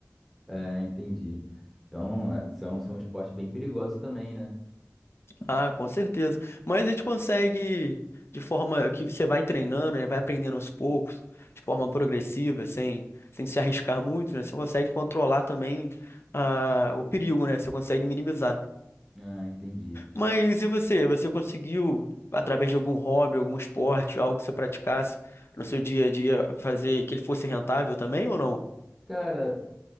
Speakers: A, in the centre; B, on the left (about 50°).
A: É, entendi. Então, eh, são, são esportes bem perigosos também, né?
B: Ah, com certeza. Mas a gente consegue, de forma que você vai treinando, né? Vai aprendendo aos poucos, de forma progressiva, sem, sem se arriscar muito, né? Você consegue controlar também ah, o perigo, né? Você consegue minimizar.
A: Ah, entendi.
B: Mas e você? Você conseguiu, através de algum hobby, algum esporte, algo que você praticasse no seu dia a dia, fazer que ele fosse rentável também ou não?
A: Cara,